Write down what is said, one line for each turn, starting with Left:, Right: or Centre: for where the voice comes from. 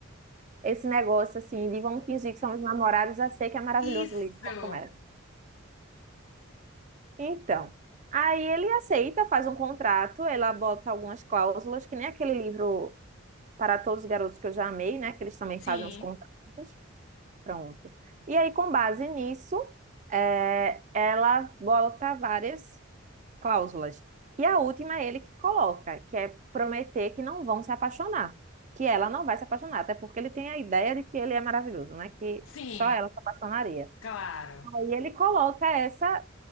Right: Esse negócio assim de vamos fingir que somos namorados, já sei que é maravilhoso
Left: Isso!
Right: o livro quando começa. Então, aí ele aceita, faz um contrato, ela bota algumas cláusulas, que nem aquele livro Para Todos os Garotos que eu já amei, né? Que eles também
Left: Sim,
Right: fazem uns contratos. Pronto. E aí, com base nisso, é, ela bota várias cláusulas. E a última é ele que coloca, que é prometer que não vão se apaixonar. Que ela não vai se apaixonar, até porque ele tem a ideia de que ele é maravilhoso, né? Que
Left: sim,
Right: só ela se apaixonaria.
Left: claro.
Right: Aí ele coloca essa